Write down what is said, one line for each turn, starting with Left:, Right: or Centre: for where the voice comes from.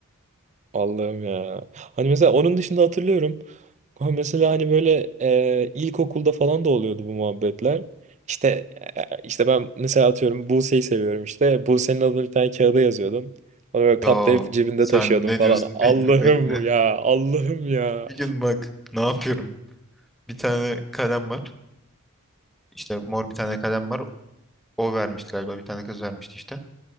Right: Allah'ım ya. Hani mesela onun dışında hatırlıyorum. Ha Mesela hani böyle e, ilkokulda falan da oluyordu bu muhabbetler. İşte e, işte ben mesela atıyorum Buse'yi seviyorum işte. Buse'nin adını bir tane kağıda yazıyordum. Onu böyle katlayıp
Centre: Ya
Right: cebinde
Centre: sen
Right: taşıyordum
Centre: ne
Right: falan.
Centre: diyorsun
Right: Allah'ım
Centre: bekle bekle.
Right: ya, Allah'ım ya.
Centre: Bir gün bak ne yapıyorum. Bir tane kalem var. İşte mor bir tane kalem var. O vermişti galiba bir tane kız vermişti işte.